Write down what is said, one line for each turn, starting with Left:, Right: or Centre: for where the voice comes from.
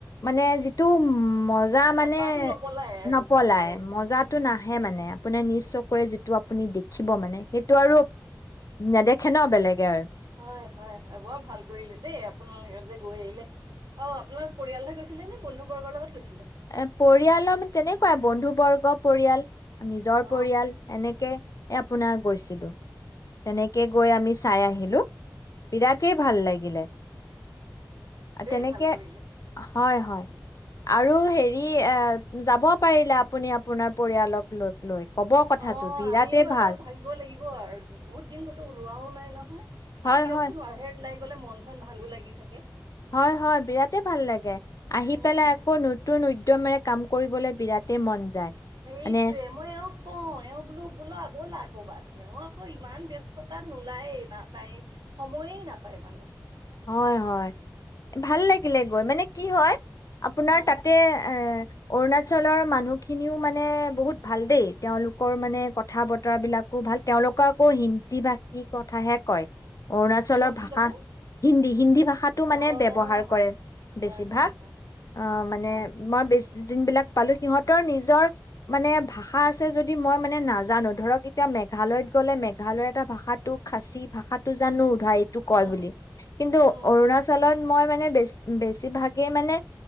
Left: মানে যিটো উম মজা মানে
Right: হেঁপাহটো নপলাই আৰু
Left: নপলাই
Right: হয় হয়
Left: মজাটো
Right: উম
Left: নাহে মানে। আপোনে নিজ চকুৰে যিটো আপুনি দেখিব মানে সেইটো আৰু নেদেখে ন' বেলেগে আৰু
Right: হয়, হয়, হয় বৰ ভাল কৰিলে দেই আপোনালোকে যে গৈ আহিলে। অ', আপোনাৰ পৰিয়ালহে গৈছিলে নে বন্ধুবৰ্গৰ লগত গৈছ
Left: এ পৰিয়ালৰ মানে তেনেকুৱাই বন্ধু বৰ্গ পৰিয়াল। নিজৰ
Right: অ
Left: পৰিয়াল এনেকে আপোনাৰ গৈছিলো তেনেকে গৈ আমি চাই আহিলো বিৰাটেই ভাল লাগিলে।
Right: দেই
Left: তেনেকে
Right: ভাল কৰিলে
Left: হয়, হয়। আৰু হেৰি এ যাব পাৰিলে আপুনি আপোনাৰ পৰিয়ালক লৈ, লৈ। কব কথাটো
Right: অ',
Left: বিৰাটেই
Right: আমিও এটা
Left: ভাল
Right: ভাবিব লাগিব আৰু বহুত দিন ক'তো ওলোৱাও নাই নহয়।
Left: হয়
Right: আৰু দিয়কচোন
Left: হয়
Right: আৰু হে লাইক গ'লে মন চন ভালো লাগি থাকে।
Left: হয়, হয় বিৰাতে ভাল লাগে আহি
Right: উম
Left: পেলাই আকৌ নতুন উদ্যমেৰে কাম কৰিবলৈ বিৰাটে মন যায়
Right: সেইটোযৱে
Left: মানে
Right: মই এওঁক কওঁ এওঁ বোলো, বোলা ব'লা কৰ'বাত। অ', আকৌ ইমান ব্যস্ততাত নোলায়েই না তাই সময়ে নাপায় মানে।
Left: হয়, হয় ভাল লাগিলে গৈ মানে কি হয় আপোনাৰ
Right: উম
Left: তাতে এ অৰুণাচলৰ মানুহখিনিও মানে বহুত ভাল দেই তেওঁলোকৰ মানে কথা-বতৰা বিলাকো ভাল তেওঁলোকে আকৌ হিন্দী ভাষী কথাহে কয়। অৰুণাচলৰ
Right: কি বাকী
Left: ভাষা
Right: কথা
Left: হিন্দী হিন্দী ভাষাটো
Right: অ
Left: মানে ব্যৱহাৰ কৰে
Right: হয় হয়
Left: বেছিভাগ
Right: হয় হয়। অ
Left: অঁ মানে
Right: অ
Left: মই যোন বিলাক পালো সিহঁতৰ নিজৰ মানে ভাষা আছে যদি মই মানে নাজানো ধৰক এতিয়া মেঘালয়ত গ'লে মেঘালয় এটা ভাষাটো খাচী ভাষাটো জানো ভইজ কল এইটো
Right: উম
Left: কয় বুলি কিন্তু
Right: উম
Left: অৰুণাচলত মই মানে বে বেছিভাগেই মানে